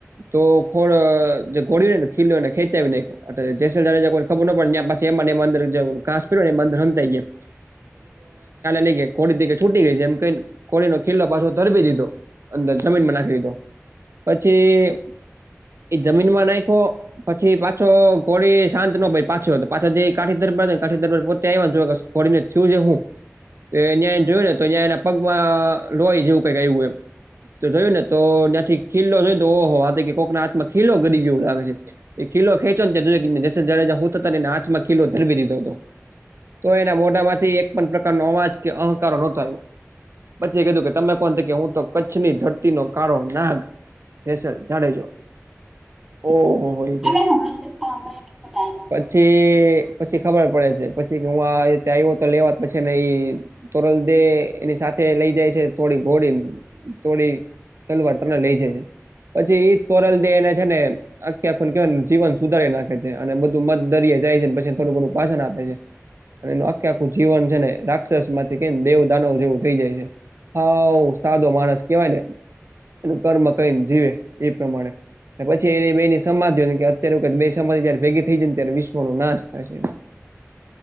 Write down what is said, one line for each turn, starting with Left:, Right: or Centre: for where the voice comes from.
Right: તો ખોળ જે ઘોડ્યું હો ને, ખીલને ખેંચ્યાીને. જેલઈ ખબર ન પડે, છી એંદર ઘાસ પ ને મંદર હમતાઈ ગયા. <unintelligible> લઈ ખો છૂટી ગઈ છે, એમ ક ખોનો ખીલો પાછો તરી દીધો. અંદર જમીનમાં નાખી દીધો, પછી એ જમીનમાં નાખો. પછી પાછો ઘોડી શાંત નો ભાઈ પાછો-પાછી, જે કાઠી દરબારને કાઠી દરબાર પોતે આવે. હોળને થયું છે, હું તોડ્યાં એ જોયું ને, તો ત્યાં એના પગમાં લોય, જેવું કઈ એ એ. તો જોયું ને, તો ત્યાંથી ખીલો જોઈને, તો ઓહો હા, કોકના હાથમાં ખીલો ગરી ગ એવું લાગે છે. એ કીલો ખેંચો ને જ, હું ને, હાથમાં કીલો ધરી દીધો હતો. તો એના મોઢામાંથી એક પણ પ્રકારનો અવાજ. કે અહંકારો નતોું પચછી કીધું કે તમે કોણથી કે હું તો કચ્છની ધરતીનો કાળો નાગ જ જાડેજો ઓહ હોય કે
Centre: અમે હમણાં જ સાંભળ્યો છે ડાયલોગ
Right: પછી પછી ખબર પડે છે પછી કે હું આ આવ્યો તો લેવા પછી ને તોરલ દે એની સાથે લઈ જાય છે થોડી ઘોડીને તોોડી તલવાર તમને લઈ જાય છે પછી એ તોરલ દેહ એને છે ને આખે આખું કહેવાય જીવન સુધારી નાખે છે અને બધું મધ દરિે જાય છે પછીને થોડું ઘોડું પાછન આપે છે અને એનું આખે આખું જીવન છે ને રાક્ષસ માંથી કે દેવ દાનવ જેવું થઈ જાય છે હા સાદો માણસ કેવાય ને એનું કર્મ કઈને જીવે એ પ્રમાણે પછી એની બેની સમાધિ કે અત્યારે જ બે સમાધિ જયારે ભેગી થઈ જાય ત્યારે વિશ્વ ન નાશ થશે